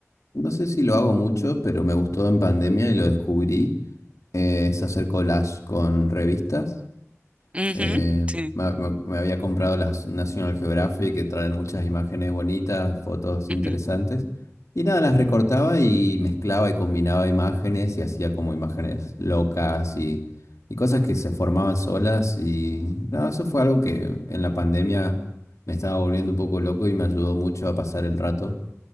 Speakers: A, on the left; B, on the right.
A: No sé si lo hago mucho, pero me gustó en pandemia y lo descubrí, eh, es hacer collage con revistas.
B: Ujú,
A: Eh,
B: sí.
A: me, me- me había comprado las National Geographic que traen muchas imágenes bonitas, fotos
B: ujú,
A: interesantes. Y nada, las recortaba y mezclaba y combinaba imágenes y hacía como imágenes locas y, y cosas que se formaban solas. Y nada, eso fue algo que en la pandemia me estaba volviendo un poco loco y me ayudó mucho a pasar el rato